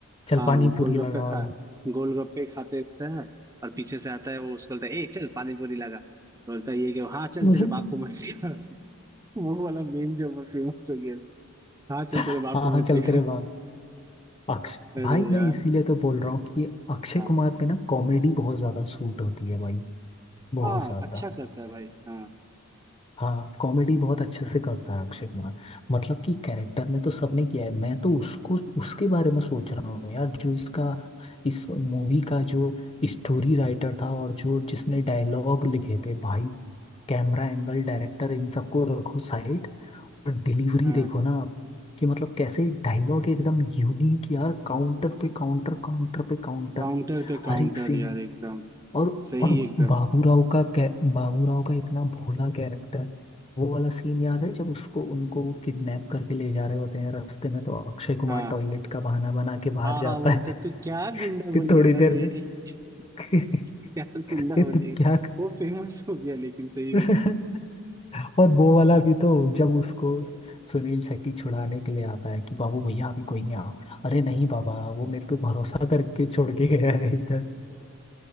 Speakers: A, on the left; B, on the right.
A: चल
B: हाँ
A: पानी
B: गोलगप्पे
A: पूरी लगा
B: खा
A: वाला
B: गोलगप्पे खाते रहता है और पीछे से आता है वो उसको बोलता है ए चल पानी पूरी लगा बोलता है ये कि हाँ चल
A: <laughs>
B: तेरे बाप को मत सिखा <laughs> वो वाला मेम जो फेमस हो गया हाँ चल तेरे
A: हाँ
B: बाप को
A: हाँ
B: मत
A: चल
B: सिखा
A: तेरे बाप अक्ष
B: अरे
A: भाई
B: यार
A: मैं इसीलिए तो बोल रहा हूँ कि अक्षय
B: हाँ
A: कुमार पे ना कॉमेडी बहुत ज्यादा सूट होती है भाई बहुत
B: हाँ
A: ज्यादा
B: अच्छा करता है भाई हाँ
A: हाँ कॉमेडी बहुत अच्छे से करता है अक्षय कुमार मतलब कि कैरेक्टर ने तो सबने किया है मैं तो उसको उसके बारे में सोच रहा हूँ यार जो इसका इस मूवी का जो स्टोरी राइटर था और जो जिसने डायलॉग लिखे थे भाई कैमरा एंगल डायरेक्टर इन सबको रखो साइड और डिलीवरी
B: हाँ
A: देखो ना आप, कि मतलब कैसे डायलॉग एकदम यूनिक यार काउंटर पे काउंटर काउंटर पे काउंटर
B: काउंटर पे काउंटर
A: हर एक सीन
B: यार एकदम
A: और
B: सही
A: और
B: एकदम
A: बाबूराव का कै बाबूराव का इतना भोला कैरेक्टर वो वाला सीन याद है जब उसको उनको वो किडनैप करके ले जा रहे होते हैं रास्ते में तो अक्षय कुमार
B: हाँ
A: टॉयलेट का बहाना बना के बाहर
B: हाँ
A: जाता
B: हाँ बोलता
A: है
B: तू क्या गुंडा
A: <laughs> कि
B: बनेगा
A: थोड़ी देर
B: रे
A: में
B: <laughs>
A: <laughs>
B: क्या गुंडा
A: ये
B: बनेगा
A: तुम क्या
B: वो फेमस हो गया लेकिन सही
A: कर
B: में
A: <laughs> और वो वाला भी तो जब उसको सुनील शेट्टी छुड़ाने के लिए आता है कि बाबू भैया अभी कोई नहीं आओ अरे नहीं बाबा वो मेरे पे भरोसा करके छोड़ के गया है इधर